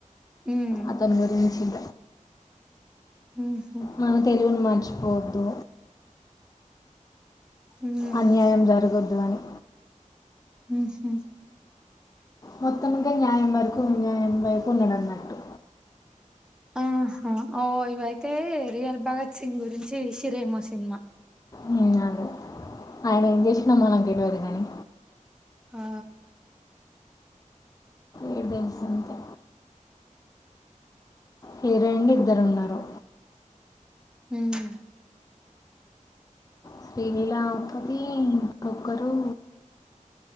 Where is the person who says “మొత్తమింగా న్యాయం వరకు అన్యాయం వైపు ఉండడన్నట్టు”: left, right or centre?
Left